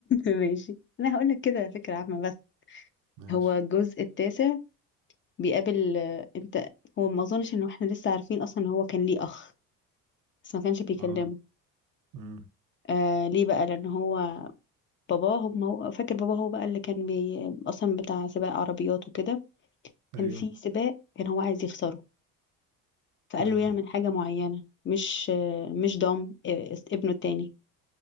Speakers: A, on the left; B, on the right.
A: ماشي انا هقول لك كده فكرة عامة بس
B: ماشي
A: هو الجزء التاسع بيقابل آه، انت هو ما اظنش ان احنا لسه عارفين اصلا ان هو كان ليه اخ بس ما كانش بيكلمه
B: اه امم
A: آه ليه بقى لان هو باباه هو ما هو فاكر باباه هو بقى اللي كان بي اصلا بتاع سباق عربيات وكده
B: ايوه
A: كان في سباق كان هو عايز يخسره فقال
B: امم
A: له يعمل حاجة معينة مش آه، مش ضم آه، ابنه التاني